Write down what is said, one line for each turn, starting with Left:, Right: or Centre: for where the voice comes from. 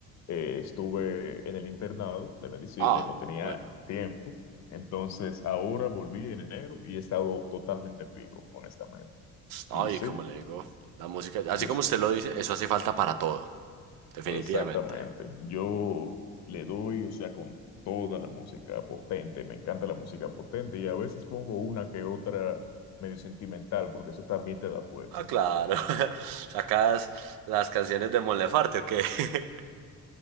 Left: eh, estuve en el internado de medicina
Right: Ah,
Left: y no tenía
Right: bueno.
Left: tiempo. Entonces ahora volví en enero y he estado totalmente fijo, honestamente.
Right: Ay,
Left: Y sí,
Right: como le digo, la música, así
Left: yo
Right: como
Left: s-
Right: usted lo dice, eso hace falta para todo, definitivamente.
Left: exactamente. Yo le doy, o sea, con toda la música potente. Me encanta la música potente y a veces pongo una que otra medio sentimental porque eso también te da fuerza.
Right: Ah, claro. <laughs> Sacas las canciones de Mon Laferte, ¿o qué? <laughs>